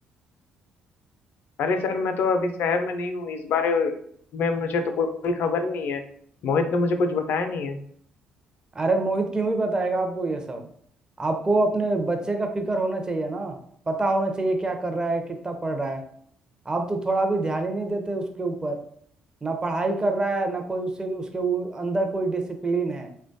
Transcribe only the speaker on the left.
अरे सर मैं तो अभी शहर में नहीं हूँ इस बारे में मुझे तो कोई कोई खबर नहीं है मोहित ने मुझे कुछ बताया नहीं है